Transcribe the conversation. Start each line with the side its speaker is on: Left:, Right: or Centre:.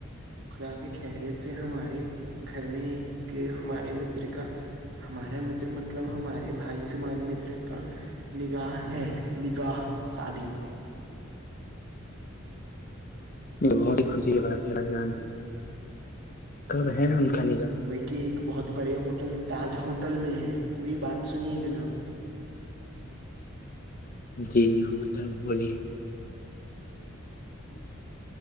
Right: خدا کی خیریت سے ہمارے گھر میں ہمارے متر کا ہمارا متر مطلب ہمارے بھائی سے مان متر کا نگاہ ہے نگاہ شادی
Left: بہت ہی خوشی ہے بات تھ بھائی جان کب ہے ان کا نگام
Right: کہ ایک بہت بڑے ہوٹل تاج ہوٹل میں ہے پوری بات سنیے جناب
Left: جی جناب بتا ہے بولیے ج